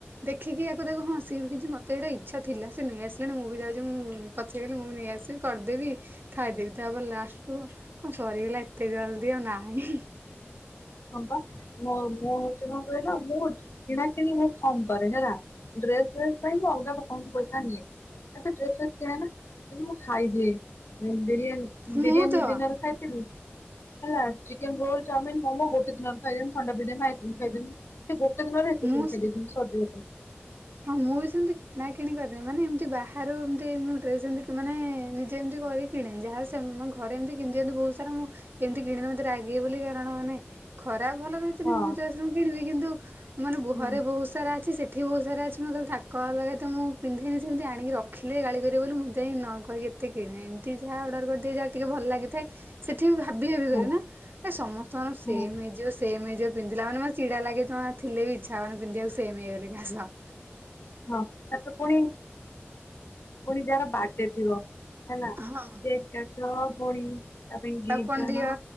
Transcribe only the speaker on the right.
ଦେଖିକି ଆକୁ ତାକୁ ଦେଖ ହଁ ସି ମତେ ତ ଏଇଟା ଇଚ୍ଛା ଥିଲା ସେ ନେଇ ଆସିଲାଣି ମୁଁ ବି ଯାଉଛି ମୁଁ ପାଚ୍ଚେ ମୁଁ ବି ନେଇ ଆସିଲି କରିଦେବି ଖାଇଦେବି ତାପରେ ଲାଷ୍ଟକୁ କଣ ସରିଗଲା ଏତେ ଜଲ୍ଦୀ ଆଉ ନାହିଁ।
ମୁଁ
ତ
ମୁଁ
ହଁ ମୁଁ ବି ସେମିତି କିଣା କିିଣି କରିନି ମାନେ ଏମିତି ବାହାରୁ ଏମତି ଡ୍ରେସ ଏମତି ମାନେ ନିଜେ ଏମିତି କରିିକି କିଣି ଯାହା ଘରେ ଏମିତି କିଣି ଦିଅନ୍ତୁ ବହୁତ ସାରା ମୁଁ ଏମିତି କିଣିନି ମୋତେ ରାଗିବେ ବୋଲି କାରଣ ମାନେ ଖରାପ ଭଲରେଛିନି
ମୁଁ ଚୟସ ରେ ମୁଁ କିଣିବି କିନ୍ତୁ ମାନେ
ଘରେ ବହୁତ ସାରା ଅଛି ସେଠି ବି ବହୁତ ସାରା ଅଛି ଆଛ ମୁଁ କିଲ ତାକ ଅ ଲଗା ତ ମୁଁ ପିନ୍ଧିନନି ସେମିତି ଆଣିକି ରଖିଲି ଗାଳି କରିବ ବୋଲି ମୁଁ ଯାଇ ନ କହିକି। କେତେ କିଣେ ଏମିତି ଯାହା ଅର୍ଡର କରିଦିଏ ଯାହା ଟିକେ ଭଲ ଲାଗିଥାଏ ସେଠି ବି ଭାବି କି
କରେ ନା। ଏ ସମସ୍ତ ମାନ ସେମ୍
ହେଇଯିବ। ସେମୋଉ ପିନ୍ଧିଲା ମାନ ମୋ ଚିଡା ଲାଗେ ତ ଥିଲେ ବି ଇଛା ହବନ ପିନ୍ଧିବାକୁ ସେମ ହେଇଗ ଘାସ।
ହଁ।
ତାକୁ
କଣ
ଦିଅ